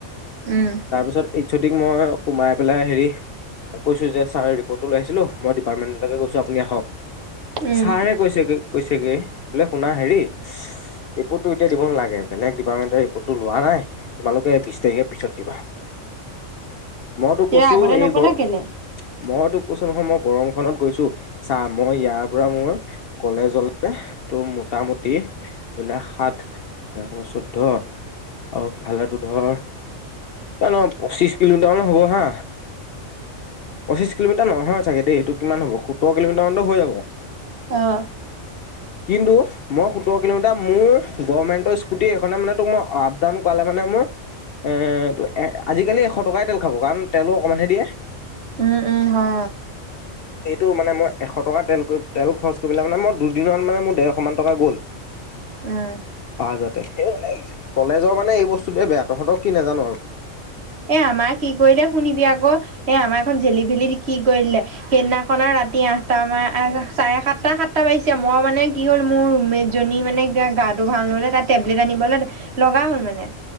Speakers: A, on the right (about 55°); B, on the left (about 60°).
A: উম।
B: তাৰপিছত এইচ অ' দিক মই সোমাই পেলাই হেৰি কৈছোঁ যে, ছাৰ ৰিপৰ্টটো লৈ আহিছিলোঁ মই ডিপাৰ্টমেণ্টলৈকে গৈছোঁ আপুনি আহক।
A: উম
B: ছাৰে কৈছেগে-কৈছেগে বোলে শুনা হেৰি ৰিপৰ্টো এতিয়া দিব নালাগে, বেলেগ ডিপাৰ্টমেণ্টৰ ৰিপৰ্টটো লোৱা নাই, তোমালোকে বিশ তাৰিখে পিছত দিবা। মইতো
A: এতিয়া
B: কৈছোঁ
A: আগতে
B: এই
A: নকলা
B: গৰ-
A: কেলে
B: মই তোক কৈছোঁ নহয়, মই গৰমখনত গৈছোঁ। চা মই ইয়াৰ পৰা মই কলেজলৈকে তোৰ মোটামুটি, বিলাক সাত এইফালে চৈধ্য আৰু সিফালেটো ধৰ কিমান হ'ব পঁচিশ কিলোমিটাৰ মানে হ'ব হা। পঁচিছ কিলোমিটাৰ নহয় চাগে দেই, এইটো কিমান হ'ব, সোতৰ কিলোমিটাৰ মানতো হৈ যাব।
A: অ'।
B: কিন্তু মই সোতৰ কিলোমিটাৰ মোৰ গভমেণ্টৰ স্কুটি এইখনে মানে তোক, মই আপ ডাউন কৰালে মানে মোৰ। এ ত আজিকালি এশ টকাই তেল খাব কাৰণ তেলো অকণমানহে দিয়ে।
A: উম-উম হা।
B: <inaudible> এইটো মানে মই এশ টকা তেল কৰি, তেল খৰচ কৰি পেলাই মানে মই দুদিন মান, মানে মোৰ ডেৰশ মান টকা গ'ল।
A: অ উম
B: পাওঁ যাতে। সেই ইয়ালে আহিছে। কলেজৰ মানে এই বস্তুটোৱে বেয়া। তহঁতৰ কি নাজানো আৰু।
A: এ আমাৰ কি কৰিলে শুনিবি আকৌ এ আমাৰখন জেলি ভেলি দি কি কৰি দিলে। সেইদিনাখনে ৰাতি আঠটা মান চাৰে সাতটা-সাতটা বাাজিছে। মই মানে কি হ'ল, মোৰ ৰুমমেট জনী মানে গাটো ভাল নহ'লে তাৰ টেবলেট আনিবলে লগা হ'ল মানে।